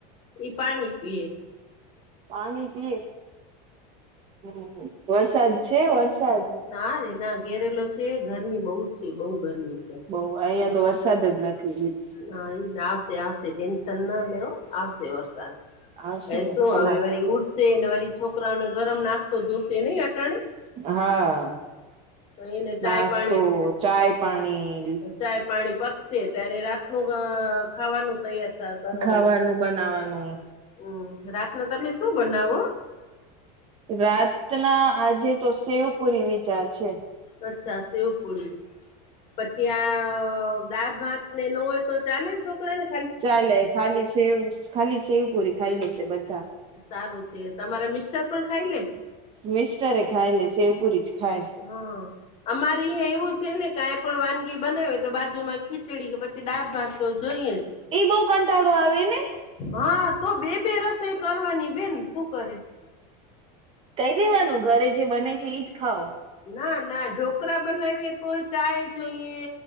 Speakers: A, on the left; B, on the right.
A: ઈ પાણી પીએ.
B: પાણી પીએ હમ્મ વરસાદ છે વરસાદ
A: ના રે ના ઘેરેલો છે ગરમી બઉ જ છે બઉ ગરમી છે.
B: બઉ અહીયાં તો વરસાદ જ નથી બી
A: હા એ આવશે આવશે ટેન્શન ના લ્યો આવશે વરસાદ.
B: આવશે
A: અ
B: ને
A: શું
B: તમાર
A: હવે વળી ઉઠશે અને વરી છોકરાઓને ગરમ નાસ્તો જોશે નહી અટાણે
B: હા
A: તો એને ચાય
B: નાસ્તો
A: પાણી
B: ચાય પાણી
A: ચાય પાણી પતશે ત્યારે રાતનું અ ખાવાનું તૈયાર તા કરવાનું
B: ખાવાનું બનાવાનું
A: હમ્મ રાતના તમે શું બનાવો?
B: રાતના આજે તો શેવપુરી વિચાર છે.
A: અચ્છા સેવ પૂળી પછી આ દાળ ભાત ને નો હોય તો ચાલે છોકરાને
B: ચાલે ખાલી સેવ ખાલી સેવ પુરી ખાઈ લેશે બધા.
A: સારું છે તમારા મિસ્ટર પણ ખાઈ લે.
B: મીસ્ટરે ખાય લે સેવ પુરી જ ખાય
A: હ અમાર અહીંયા એવું છે ને કાઈ પણ વાનગી બનાવી તો બાજુમાં ખીચડી કે પછી દાળ ભાત તો જોઈએ જ
B: ઈ બહુ કંટાળો આવે ને
A: હા તો બે બે રસોઈ કરવાની બેન શું કરે.
B: કહી દેવાનું ઘરે જે બને છે ઈજ ખાઓ.
A: ના, ના ઢોકળા બનાવીએ તોય ચાય જોઈએ.